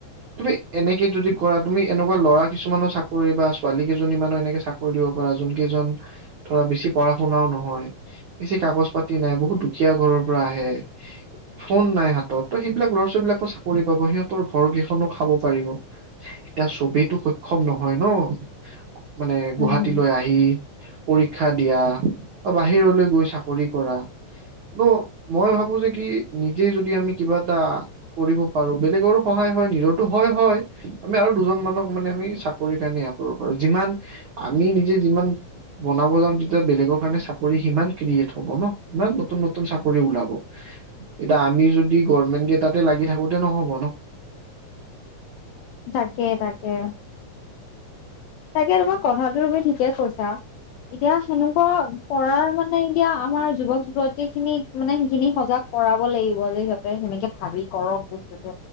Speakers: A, on the right; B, on the left.
A: তুমি এনেকে যদি কৰা। তুমি এনেকুৱা ল'ৰা কিছুমানৰ চাকৰি বা ছোৱালী কেইজনী ইমানো এনেকে চাকৰি দিব পাৰা যোন কেইজন ধৰা বেছি পঢ়া-শুনাও নহয়। বেছি কাগজ পাতি নাই বহুত দুখীয়া ঘৰৰ পৰা আহে। ফোন নাই হাতত ত' সেইবিলাক ল'ৰা- ছোৱালীবিলাকো চাকৰি পাব। সিহঁতৰ ঘৰ কেইখনো খাব পাৰিব।
B: <inaudible>
A: এতিয়া চবেই তো সক্ষম নহয় ন' মানে
B: উম
A: গুৱাহাটীলৈ
B: উম
A: আহি শিক্ষা দিয়া। বা বাহিৰলৈ গৈ চাকৰি কৰা ন' মই ভাবো যে কি নিজে যদি আমি কিবা কিবা এটা কৰিব পাৰো। বেলেগৰো সহায় হয় নিজৰো হয়, হয় আমি আৰু দুজন মানক মানে আমি চাকৰি কাৰণে এয়া কৰিব পাৰো যিমান আমি নিজে যিমান বনাব যাম তেতিয়া বেলেগৰ কাৰণে চাকৰি সিমান ক্ৰিয়েট হ'ব ন'। ইমান নতুন নতুন চাকৰি ওলাব। এতিয়া আমি যদি গভমেন্টকে তাতে লাগি থাকোতে নহব ন'।
B: তাকে-তাকে। তাকে তোমাৰ কথাটো তুমি ঠিকে কৈছা এতিয়া সেনে কৰাৰ মানে এতিয়া আমাৰ যুৱক- যুৱতী খিনিত মানে সেইখিনি সজাগ কৰাব লাগিব। সিহঁতে সেনেকে ভাবি কৰক বস্তুতো